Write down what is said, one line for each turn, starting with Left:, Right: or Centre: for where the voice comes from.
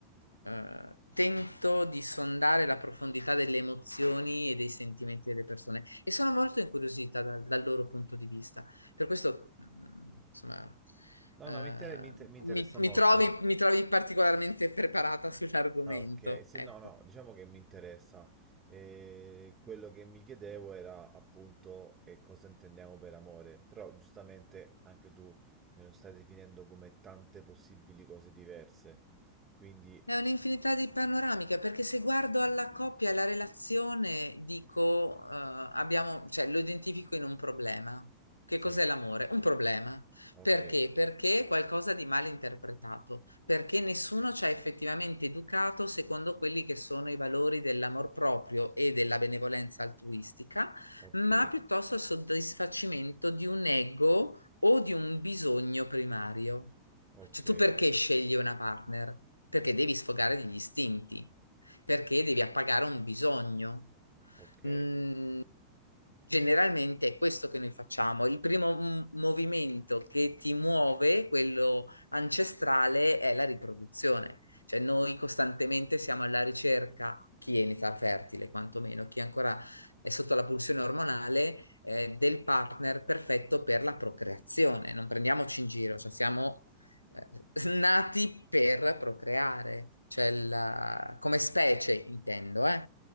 Left: eh, tento di sondare la profondità delle emozioni e dei sentimenti delle persone e sono molto incuriosita dal, dal loro punto di vista. Per questo, mh, insomma,
Right: No,
Left: eh,
Right: no, mi inter- mi inter- mi interessa
Left: mi, mi
Right: molto.
Left: trovi, mi trovi particolarmente preparata sull'argomento,
Right: Ah, ok, sì,
Left: ecco.
Right: no, no, diciamo che mi interessa. Eh, quello che mi chiedevo era appunto eh, cosa intendiamo per amore, però giustamente anche tu me lo stai definendo come tante possibili cose diverse. Quindi,
Left: È un'infinità di panoramiche, perché se guardo alla coppia e alla relazione, dico, eh, abbiamo, cioè, lo identifico in un problema. Che
Right: sì,
Left: cos'è l'amore? Un problema.
Right: ok,
Left: Perché? Perché è qualcosa di mal interpretato, perché nessuno ci ha effettivamente educato secondo quelli che sono i valori dell'amor proprio e della benevolenza altruistica
Right: ok,
Left: ma piuttosto al soddisfacimento di un ego o di un bisogno primario.
Right: ok,
Left: Cioè, tu perché scegli una partner? Perché devi sfogare degli istinti, perché devi appagare un bisogno.
Right: ok.
Left: Mm, Generalmente è questo che noi facciamo. Il primo m- movimento che ti muove, quello ancestrale, è la riproduzione. Cioè noi costantemente siamo alla ricerca, chi è in età fertile, quantomeno, chi ancora è sotto la pulsione ormonale, eh, del partner perfetto per la procreazione. Non prendiamoci in giro, cioè siamo eh, nati per procreare, cioè la- come specie intendo, eh.